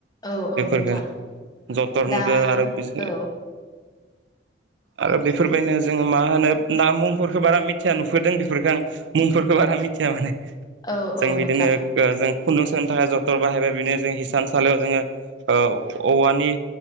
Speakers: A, on the left; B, on the right.
A: औ औ
B: बेफोरख
A: नोंथां
B: जथर
A: दा
B: नुदोंआरो बे
A: औ
B: आरो बेफोरबायदिनो जोङो मा होनो ना मुंफोरखौ बारा मिथिया नुफोदों बेफोरफोरखौ आं मुंफोरखौ बारा मिथिया माने
A: औ
B: जों
A: औ
B: बिदिनो
A: नोंथां
B: जों खुन्दुं सनो थाखाय जथन बाहायबाय बिदिनो जों हिसानसालियाव जोङो औवानि